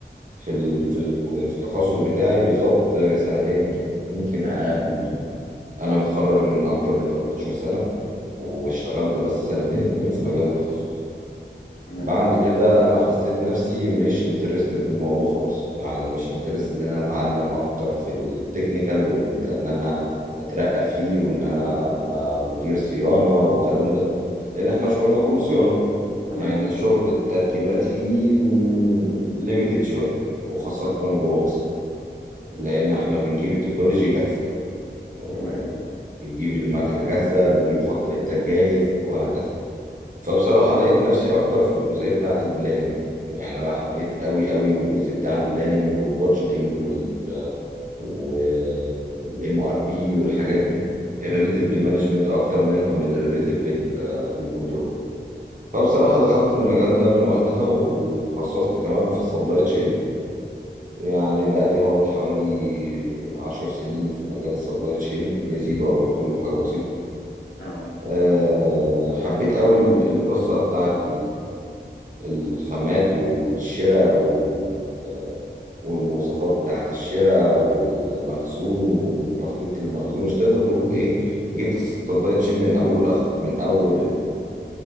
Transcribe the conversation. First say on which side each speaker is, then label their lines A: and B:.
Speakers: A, on the right; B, on the left.
A: في ال... في ال... في التخصص بتاعي بالظبط آه، سنتين اتنين يمكن اقل انا متخرج من اكتر من 13 سنة واشتغلت بس سنتين اتنين في مجال التخصص
B: تمام
A: بعد كده انا حسيت نفسي مش انترستد بالموضوع خالص يعني مش انترستد ان انا اتعلم اكتر في التكنيكال وان إن انا اترقى فيه وان انا ابقى مدير صيانة والكلام ده لان احنا شغلنا كله صيانة
B: تمام
A: يعني شغل التركيبات فيه ليميتد شوية وخاصة
B: تمام
A: جوه مصر لان احنا بنجيب التكنولوجي جاهزة آه،
B: تمام
A: بنجيب المكنة جاهزة بنجيب خط الانتاج جاهز وهكذا فبصراحة لقيت نفسي أكتر في الجزئية بتاعة البلاننج يعني أنا حبيت أوي أوي الجزء بتاع البلاننج والبادجيتنج وال والام ار بي والحاجات دي الريليتد بالمانجمنت أكتر منها من الريليتد بال بالكنترول فبصراحة دخلت المجال ده من وقتها وتخصصت كمان في السبلاي تشين يعني بقالي هوت حوالي عشر سنين في مجال السبلاي تشين يزيد أو يقل حاجة بسيطة
B: يا الله
A: أه حبيت أوي القصة بتاعة الخامات والشراء وال... والمواصفات بتاعة الشراء والمخزون والتخطيط للمخزون مش تقدر تقول ايه جبت السبلاي تشين من اوله لاخره من اول ال-